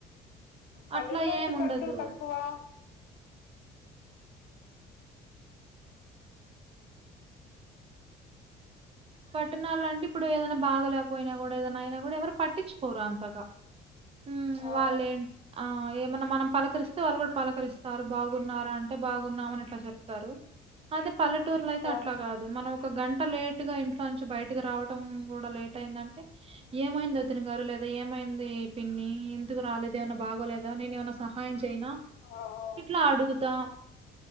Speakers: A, on the left; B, on the right.
A: పల్లెల్లో
B: అట్లా
A: అయితే
B: ఏం ఉండదు
A: కచ్చులు తక్కువా.
B: పట్టణాల అంటే ఇప్పుడు ఏదైనా బాగలేకపోయినా గూడా ఏదైనా అయినా గూడా ఎవరు పట్టించుకోరు అంతగా. ఉమ్
A: అవును.
B: వాళ్ళేం ఆయి. ఇగ ఏమన్నా మనం పలకరిస్తే వాళ్ళు గూడా పలకరిస్తారు బాగున్నారా అంటే బాగున్నామని ఇట్లా జేప్తారు. అదే పల్లెటూర్లో అయితే
A: అవును.
B: అట్లా గాదు మనం ఒక గంట లేటు గా ఇంట్ల. నుంచి బయటకి రావటం గూడా లేట్ అయింది అంటే ఏమైంది ఒదిన గారు లేదా ఏమైంది పిన్ని. ఇ ఎందుకు రాలేదు ఏమన్నా బాగోలేదా నేను ఏమన్నా సహాయం చేయనా
A: ఆ! అవును.
B: ఇట్లా అడుగుతా.